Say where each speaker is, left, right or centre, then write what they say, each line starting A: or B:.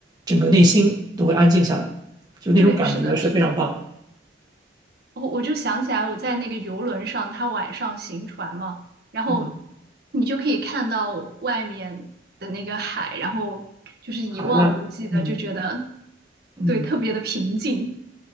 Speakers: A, on the right; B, on the right.
A: 整个内心都会安静下来，
B: <laughs>
A: 就那种感觉是非常棒。
B: 对，是的，是的。我我就想起来我在那个游轮上，它晚上行船嘛，然后
A: 嗯，
B: 你就可以看到外面的那个海，然后就是一望无际的，
A: 海岸，嗯
B: 就觉得
A: 嗯。
B: 对特别的平静。